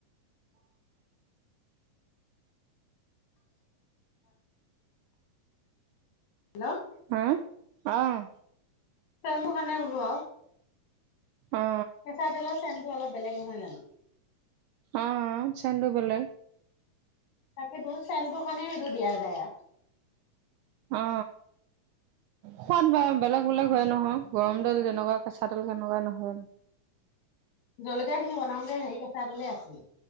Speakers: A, on the left (about 85°); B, on the right (about 80°).
A: <inaudible> হেল্ল'
B: হা অহ।
A: চেমটো কাৰণে বোলো আও।
B: অ
A: কেঁচা তেলৰ চেনটো অলপ বেলেগ নহয় জানো।
B: অ অ চেনতু বেলেগ।
A: তাকেইটো চেমটো কাৰণে সেইটো দিয়া যায় আ
B: অ সোৱাদ বেলেগ বেলেগ হয় নহয় গৰম তেল যেনেকুৱা কেঁচা তেল কেনেকুৱা নহয়।
A: জলকীয়া খিনি বনাওতে হেই কেঁচা তেলে আছিল